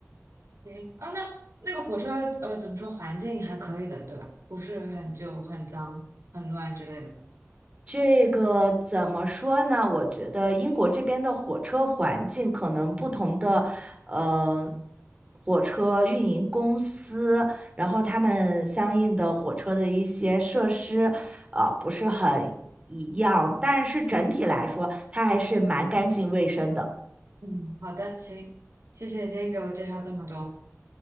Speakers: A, on the right; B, on the right.
A: 行啊？那那个火车呃怎么说？环境还可以的，对吧？不是很旧、很脏、很乱之类的。
B: 这个怎么说呢？我觉得英国这边的火车环境可能不同的，呃，火车运营公司，然后他们相应的火车的一些设施，呃，不是很一样，但是整体来说，它还是蛮干净卫生的。
A: 嗯，好的，行，谢谢你今天给我介绍这么多。